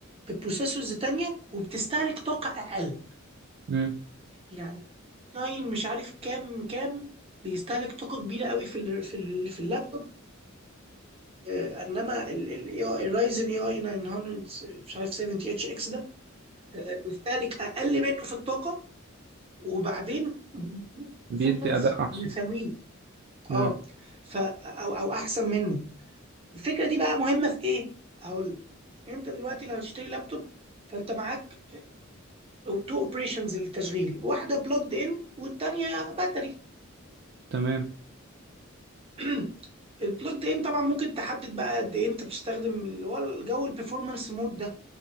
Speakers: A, on the right (about 30°); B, on the right (about 55°).
A: ببروسيسورز تانية وبتستهلك طاقة اقل
B: امم
A: يعني 9 مش عارف كام كام بيستهلك طاقة كبيرة قوي في ال في ال في اللابتوب آه، انما الرايزن اي اي 900 مش عارف 70 اتش اكس ده آه، بيستهلك اقل منه في الطاقة وبعدين
B: بيدي
A: performance
B: اداء احسن
A: بيساويه اه
B: امم
A: ف او او احسن منه الفكرة دي بقى مهمة في ايه هقول لك انت دلوقتي لو هتشتري لابتوب فانت معاك تو اوبريشنز للتشغيل واحدة بلجد ان والتانية باتري
B: تمام
A: <clears throat> البلوت ان طبعا ممكن تحدد بقى قد ايه انت بتستخدم اللي هو الجو البرفورمانس مود ده